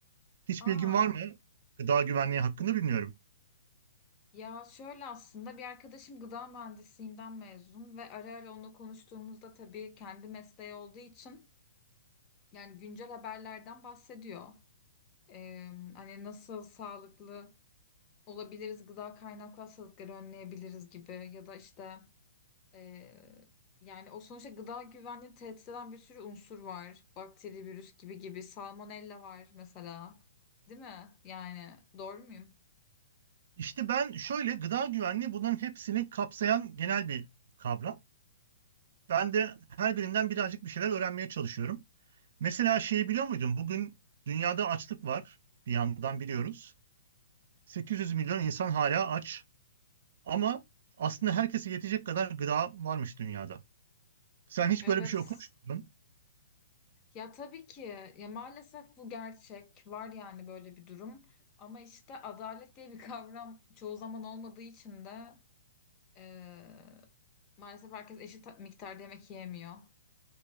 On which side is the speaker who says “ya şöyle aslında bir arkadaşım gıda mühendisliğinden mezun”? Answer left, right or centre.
Left